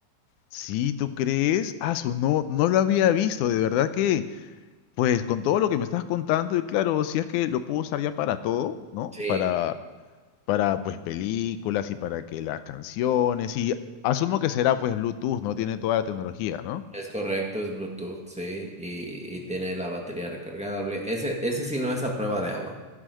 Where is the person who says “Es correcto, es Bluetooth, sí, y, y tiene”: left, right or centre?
Centre